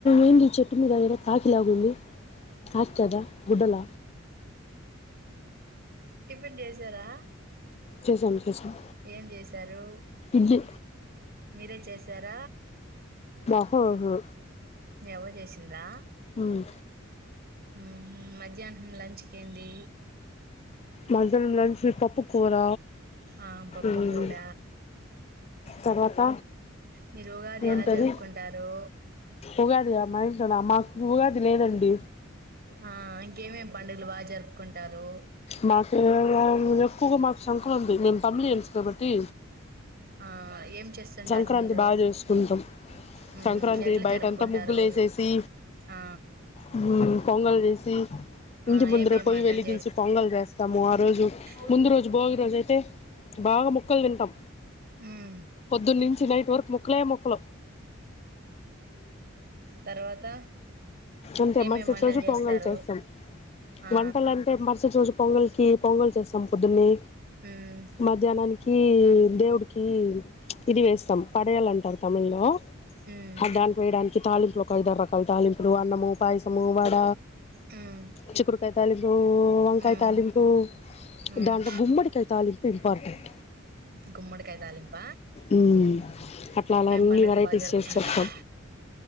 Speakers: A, on the left (about 30°); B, on the right (about 50°).
A: ఏంది చెప్పి మీ ఏదో కాయ్ ఎట్లాగుంది ఆచద గుడ్డల
B: టిఫిన్ చేసారా
A: చేసాం చేసాం
B: ఏం చేశారు
A: ఇడ్లీ
B: మీరే చేస్ చేశార
A: ఆహా ఆహా
B: మీ అవ్వ చేసిందా
A: ఉమ్
B: ‌హు హు మధ్యాహ్నం లంచ్కి ఏంది
A: మధ్యాహ్నం లంచ్ పప్పు కూర
B: ఆ పప్పు
A: ఉమ్
B: కూర
A: తర్వాత
B: మీరు ఉగాది
A: ఏంటది
B: ఎలా జరుపుకుంటారు
A: ఉగాది మా ఇంట్లోనా మాకు ఉగాది లేదండి
B: ఆ ఇంకేమి పండుగలు బాగా జరుపుకుంటారు
A: మా <unintelligible> ఎక్కువగా మాకు సంక్రాంతి మేము తమిలియన్స్ కాబట్టీ
B: ఆ, ఏం చేస్తుంటారు
A: సంక్రాంతి
B: మీరు
A: బాగా చేసుకుంటాం
B: మ్మ్,
A: సంక్రాంతి
B: ఎట్లా
A: బయట
B: జరుపుకుంటారు
A: అంతా ముగ్గులు వేసేసి
B: ఆ.
A: ఉ పొంగల్ చేసి ఇంటి
B: ఆ
A: ముందర
B: ఏమేమి
A: పోయి
B: వంటలు
A: వెలిగించి పొంగల్ చేస్తాము ఆ రోజు
B: ఉ
A: ముందు రోజు భోగి రోజు అయితే బాగా ముక్కలు తింటాం
B: ఉ
A: పొద్దున్న నుంచి నైట్ వరకు ముక్కలే ముక్కలు
B: తర్వాత
A: అంటే
B: ఏమేమి
A: మరుసటి
B: వంటలు
A: రోజు
B: చేస్తారు
A: పొంగల్ చేస్తాం
B: ఆ,
A: వంటలు అంటే మరుసటి రోజు పొంగలికి పొంగలు చేస్తాం పొద్దునే
B: మ్మ్,
A: మధ్యాహ్నానికి దేవుడికి ఇది వేస్తాం పడయాలంటారు తమిళ్ లో
B: మ్మ్,
A: అ దానికి వేయడానికి తాలింపులు ఒక ఐదు ఆరు రకాలతో తాలింపులు, అన్నము, పాయసము, వడ
B: మ్మ్,
A: చిక్కుడు కాయ తాలింపు వంకాయ
B: మ్మ్,
A: తాలింపు
B: మ్మ్.
A: దాంట్లో గుమ్మడికాయ తాలింపు ఇంపార్టెంట్
B: గుమ్మడి కాయ తాలింప
A: ఉ అట్లా అలాన్ని
B: పండుగలు
A: వేరైటీస్
B: బాగా జరుపుకుంటారు
A: చేసి చేత్తం